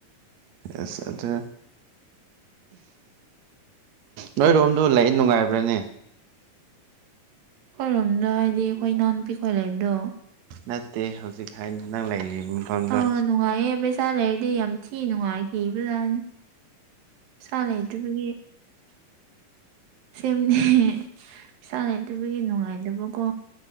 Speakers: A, on the right (about 60°); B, on the right (about 85°).
A: ꯑꯁ ꯑꯗ ꯅꯣꯏꯔꯣꯝꯗꯣ ꯂꯩ ꯅꯨꯡꯉꯥꯏꯕ꯭ꯔꯅꯦ
B: ꯈꯣꯏꯔꯣꯝꯗꯣ ꯍꯥꯏꯗꯤ ꯑꯩꯈꯣꯏ ꯏꯅꯥꯎ ꯅꯨꯄꯤꯈꯣꯏ ꯂꯩꯕꯗꯣ
A: ꯅꯠꯇꯦ ꯍꯧꯖꯤꯛ ꯍꯥꯏꯗꯤ ꯅꯪ ꯂꯩꯔꯤꯕ ꯃꯐꯝꯗꯣ
B: ꯑꯧ ꯅꯨꯡꯉꯥꯏꯌꯦ ꯄꯦ ꯁꯥ ꯂꯩꯔꯗꯤ ꯌꯥꯝ ꯊꯤꯅ ꯅꯨꯡꯉꯥꯏꯈꯤꯕꯖꯥꯅꯦ ꯄꯦꯁꯥ ꯂꯩꯗꯕꯒꯤ <inaudible> ꯁꯦꯝꯅꯤ ꯄꯩꯁꯥ ꯂꯩꯇꯕꯒꯤ ꯅꯨꯡꯉꯥꯏꯇꯕꯀꯣ